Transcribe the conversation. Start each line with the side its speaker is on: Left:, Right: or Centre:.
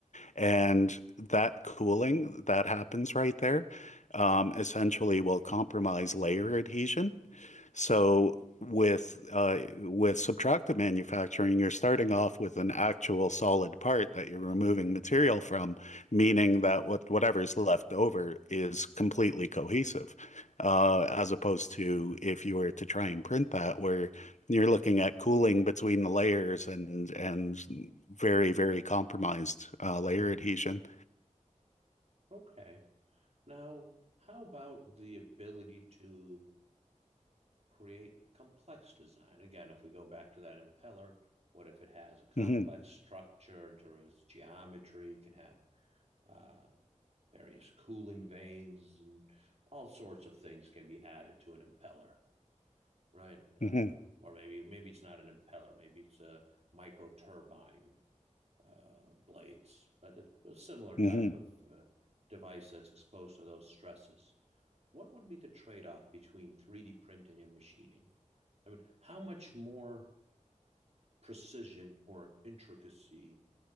Left: And that cooling that happens right there um, essentially will compromise layer adhesion. So with uh, with subtractive manufacturing, you're starting off with an actual solid part that you're removing material from, meaning that what whatever's left over is completely cohesive, uh, as opposed to if you were to try and print that, where you're looking at cooling between the layers and and very, very compromised uh, layer adhesion.
Right: Okay. Now, how about the ability to create complex design? Again, if we go back to that impeller, what if it has a complex
Left: hmm
Right: structure in terms of its geometry, can have uh, various cooling vanes and all sorts of things can be added to an impeller, right? Uh,
Left: hmm
Right: or maybe maybe it's not an impeller, maybe it's a micro turbine uh, blades, but it, a similar type
Left: hmm
Right: of uh, device that's exposed to those stresses. What would be the trade off between 3D printing and machining? I mean, how much more precision or intricacy